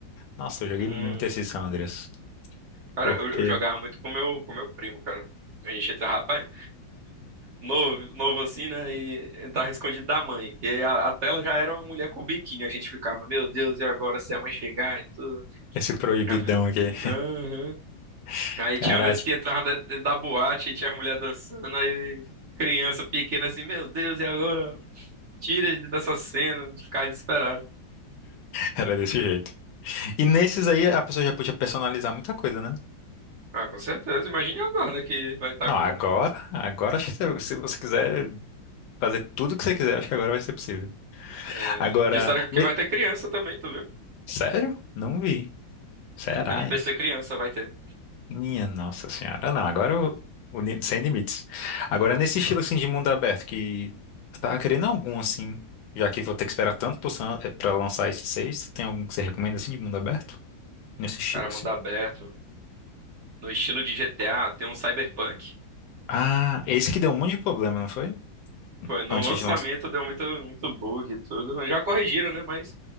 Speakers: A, on the left; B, on the right.
A: Nossa, eu joguei
B: Hum.
A: muito esse San Andreas.
B: Cara,
A: Porque
B: eu, eu jogava muito com meu com meu primo, cara. A gente entrava, rapaz, novo, novo assim, né? E entrava escondido da mãe, que a, a tela já era uma mulher com biquíni. A gente ficava, meu Deus, e agora se a mãe chegar e tudo?
A: esse proibidão
B: A vi-
A: aqui.
B: Aham.
A: <laughs>
B: Aí
A: Cara,
B: tinha vezes que entrava na- dentro da boate e tinha a mulher dançando, aí criança pequena assim, meu Deus, e agora? Tira dessa cena, ficava desesperado.
A: era desse jeito. E nesses aí a pessoa já podia personalizar muita coisa, né?
B: Ah, com certeza. Imagine agora que vai estar
A: Não,
B: com.
A: agora, agora acho que se, se você quiser fazer tudo que você quiser, acho que agora vai ser possível.
B: É...
A: Agora,
B: Disseram que
A: ne-
B: vai ter criança também, tu viu?
A: sério? Não vi. Será,
B: NPC
A: hein?
B: criança vai ter.
A: Minha nossa senhora. Ah, Não, agora o, o li- sem limites. Agora nesse
B: Então,
A: estilo assim de mundo aberto que eu tava querendo algum assim, já que vou ter que esperar tanto pro Sam- eh, pra lançar esses seis, tem algum que você recomenda assim de mundo aberto? Nesse estilo
B: cara,
A: assim.
B: mundo aberto. No estilo de GTA, tem um cyberpunk.
A: Ah, esse que deu um monte de problema, não foi?
B: Foi, no
A: Antes
B: lançamento
A: de lançar.
B: deu muito, muito bug e tudo, mas já corrigiram, né? Mas